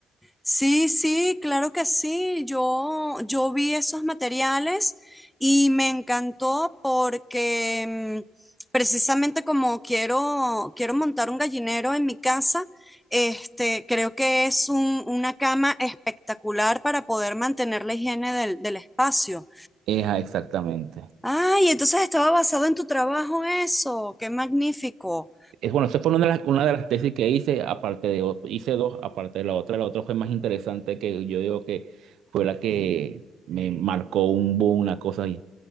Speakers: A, in the centre; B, on the right.
A: sí, sí, claro que sí. Yo, yo vi esos materiales y me encantó porque mm, precisamente como quiero, quiero montar un gallinero en mi casa, este, creo que es un- una cama espectacular para poder mantener la higiene del, del espacio.
B: Esa, exactamente.
A: Ay, entonces estaba basado en tu trabajo eso. Qué magnífico.
B: Es, bueno, esa fue una de las, una de las tesis que hice, aparte de, ot- hice dos, aparte de la otra. La otra fue más interesante que yo digo que fue la que me marcó un boom, una cosa ahí.